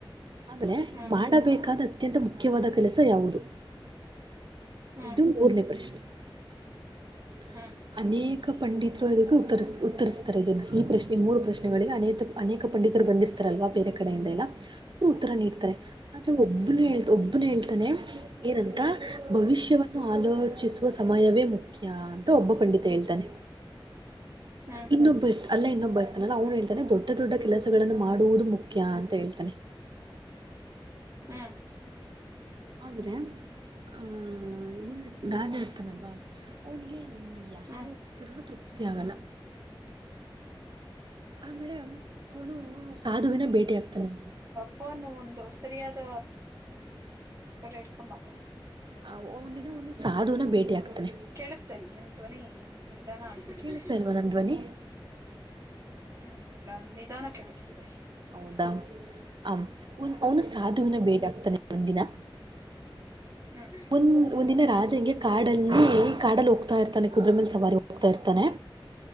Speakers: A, on the right (about 60°); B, on the right (about 35°).
A: ಆಮೇಲೆ
B: ಹ್ಮ್
A: ಮಾಡಬೇಕಾದ ಅತ್ಯಂತ ಮುಖ್ಯವಾದ ಕೆಲಸ ಯಾವುದು
B: ಹ್ಮ್ ಹ್ಮ್ ಹ್ಮ್
A: ಇದು ಮೂರನೇ ಪ್ರಶ್ನೆ ಹ್ಹ
B: ಹ್ಮ್ ಹ್ಮ್
A: ಅನೇಕ ಪಂಡಿತರು ಇದಕ್ಕೆ ಉತ್ತರಿಸ ಉತ್ತರಿಸ್ತಾರೆ. ಇದನ್ನ ಈ ಪ್ರಶ್ನೆ ಮೂರು ಪ್ರಶ್ನೆಗಳಿಗೆ ಅನೆಕ ಅನೇಕ ಪಂಡಿತ್ ಬಂದಿರ್ತಾರಲ್ವಾ. ಬೇರೆ ಕಡೆಯಿಂದ ಎಲ್ಲಾ ಅವ್ರು ಉತ್ತರ ನೀಡ್ತಾರೆ ಆದ್ರೆ ಒಬ್ಬನೆ ಹೇಳ್ತ ಒಬ್ಬನೆ ಹೇಳ್ತಾನೆ. ಏನಂತ ಭವಿಷ್ಯವನ್ನು ಆಲೋಚಿಸುವ ಸಮಯವೇ ಮುಖ್ಯ. ಖ್ಖ್ಯಾ ಅಂತ ಒಬ್ಬ ಪಂಡಿತ ಹೇಳ್ತಾನೆ.
B: ಹ್ಮ್ ಹ್ಮ್
A: ಇನ್ನೊಬ್ಬ ಇರ್ತ ಅಲ್ಲೆ ಇನ್ನೊಬ್ಬ ಇರ್ತಾನಲ್ಲ ಅವ್ನು ಹೇಳ್ತಾನೆ ದೊಡ್ಡ ದೊಡ್ಡ ಕೆಲಸಗಳನ್ನ ಮಾಡುವುದು ಮುಖ್ಯ ಅಂತ ಹೇಳ್ತಾನೆ.
B: ಹು
A: ಹೌದ್ರಾ. ಅ ಇವನ್ ರಾಜ ಇರ್ತಾನಲ್ವಾ ಅವನಿಗೆ ಯಾವ
B: ಹ್ಮ್
A: ಉತ್ತರಾನು ತೃಪ್ತಿ. ಯ್ಯಾಗಲ್ಲಾ. ಆಮೇಲೆ ಅವನು ಸಾಧುವಿನ ಭೇಟಿ ಆಗ್ತಾನೆ.
B: ಫೋನು ಒಂದು ಸರಿಯಾದ ಕಡೆ ಇಡ ಕ್ಕೊಂಡು ಮಾತಾಡಿ.
A: ಅವು ಒಂದು ದಿನ ಒನ್ ಸಾಧುವನ ಭೇಟಿ ಆಗ್ತಾನೆ.
B: ಕೇಳ್ಸ್ತಾಇಲ್ಲ ನಿಮ್ಮ ಧ್ವನಿ ನಿಧಾನ ಆಗ್ಬಿಟ್ಟಿದೆ
A: ಕೇಳಿಸ್ತಾ ಇಲ್ವಾ ನನ್ ಧ್ವನಿ
B: ಹು ಇಲ್ಲ ನಿಧಾನಕ್ಕ್ ಕೆಳಸ್ತಿದೆ.
A: ಹೌದಾ ಆ ಒನ್ ಬೋನಸ್
B: ಹ್ಮ್
A: ಹಾಲ್ ತಂದ್ರೆ ಬಿಲ್ಡಫ್ ತಗೋಂತಿರಾ
B: ಹ್ಮ್
A: ಒಂದ್ ಒಂದಿನ ರಾಜಂಗೆ ಕಾಡಲ್ಲಿ ಕಾಡಲ್ ಹೋಗ್ತಾ ಇರ್ತಾನೆ ಕುದುರೆ ಮೇಲೆ ಸವಾರಿ ಹೋಗ್ತಾ ಇರ್ತಾನೆ.